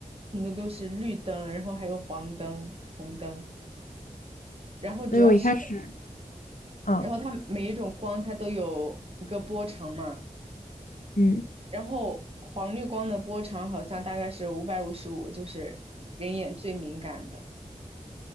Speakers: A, on the right (about 45°); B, on the left (about 70°).
A: 很多都是绿灯，然后还有黄灯、红灯，然后主要是，
B: 所以我一开始，啊，
A: 然后它每一种光它都有一个波长嘛。
B: 嗯，
A: 然后黄绿光的波长好像大概是五百五十五，就是人眼最敏感的。